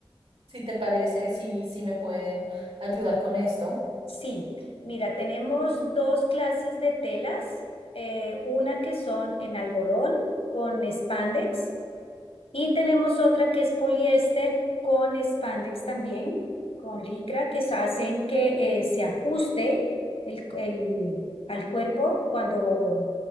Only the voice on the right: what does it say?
si te parece, si, si me pueden ayudar con esto.